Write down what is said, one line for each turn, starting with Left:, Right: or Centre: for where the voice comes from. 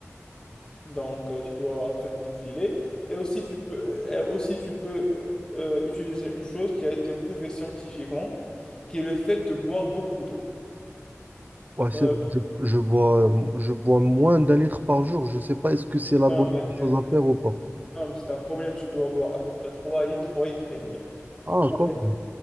Left: Donc, euh, tu dois absolument filer. Et aussi, tu peux, euh, aussi, tu peux euh, euh, utiliser une chose qui a été prouvée scientifiquement, qui est le fait de boire beaucoup d'eau.
Right: Ouais,
Left: Euh,
Right: c'est vrai,
Left: par-
Right: je, je bois, euh, je bois moins d'un litre par jour. Je sais pas est-ce que c'est la
Left: non,
Right: bonne
Left: mais, c'est
Right: chose à faire ou pas.
Left: non, mais c'est un problème. Tu dois boire à peu près 3 litres, 3 litres et demi.
Right: Ah,
Left: Pour,
Right: quand même.